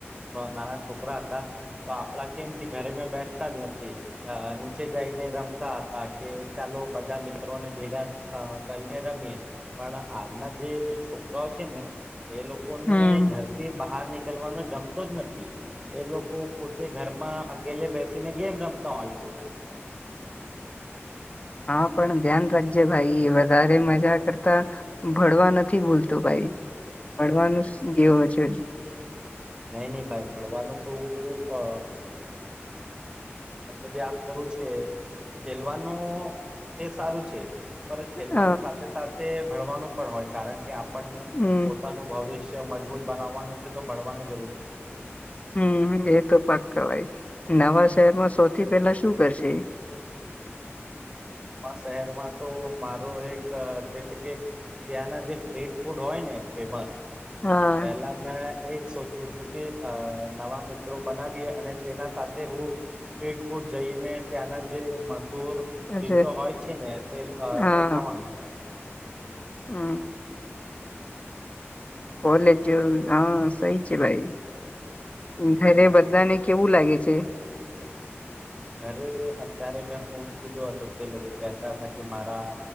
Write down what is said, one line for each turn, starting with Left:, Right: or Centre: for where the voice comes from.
Right: નાના છોકરા હતા તો આપડા કેમ કે ઘરે મે બેસતા જ નથી નીચે જઈને રમતા હતા કે ચાલો બધા મિત્રોને ભેગા કરીને રમીએ પણ આજના. જે છોકરાઓ છે ને. એ લોકો ને
Left: હમ
Right: ઘર થી બહાર નીક. કેલવાનો જમતો જ નથી એ લોકો પોતે ઘરમાં અકેલે બેસીને ગેમ રમતા હોય છે..
Left: હા પણ ધ્યાન રાખજે ભાઈ વધારે મજા કરતા ભણવા નથી ભૂલતું ભાઈ. <unintelligible> છે.
Right: નહી નહી ભાઈ ભણવાનું તો. અ દરરોજ અ ખેલવાનું એ સારું. <unintelligible> પર ખેલવાની
Left: હ
Right: સાથે સાથે. ભણવાનું. હોય કારણ કે આપણને
Left: હમ
Right: પોતાનું ભવિષ્ય. મજબૂત બનાવવાનું. તો ભળવાનો.
Left: હમ એ તો પક્કવાય. નવા શહેરમાં સૌથી પહેલા શું કરશે.
Right: <unintelligible> શહેરમાં તો મારો એક તે છે, કે ત્યાંના જે સ્ટ્રીટ ફૂડ હોય ને ફેમસ.
Left: હા
Right: પેલા મેં એ જ સોચું છું કે નવા મિત્રો બનાવીએ અને તેના સાથે હું સ્ટ્રીટ ફૂડ. જઈને ત્યાંના જે મશૂર ડીશો
Left: અચ્છા
Right: હોય છે, ને <unintelligible>
Left: હા
Right: તે ખાવાનું.
Left: હમ કોલેજ હા સહી છે, ભાઈ જારે
Right: અ
Left: બધાને કેવું લાગે છે.
Right: ઘરે અત્યારે મેં ફોન કીધો હતો તે લોકો કેતા હતા કે મારા